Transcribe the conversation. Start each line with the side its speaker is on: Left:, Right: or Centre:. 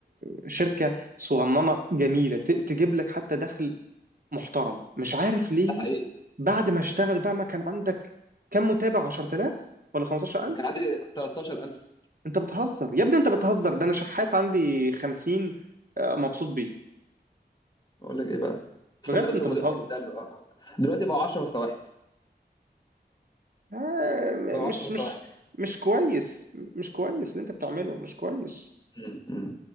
Right: آه، شركه صغننه جميله ت- تجيب لك حتى دخل محترم مش عارف ليه
Left: ده حقيقي
Right: بعد ما اشتغل بقى ما كان عندك كم متابع 10000 ولا 15000
Left: كان عندي 13000
Right: انت بتهزر يا ابني انت بتهزر ده انا شحات عندي 50 آه، مبسوط بيه
Left: اقول لك ايه بقى استنى
Right: بجد
Left: بس
Right: انت
Left: المدير
Right: بتهزر
Left: اتاكد قال له اه دلوقتي بقوا 10 مساواحد
Right: آه،
Left: بقوا
Right: مش
Left: 10 مساواحد
Right: مش مش كويس مش كويس اللي انت بتعمله مش كويس
Left: مم. مم.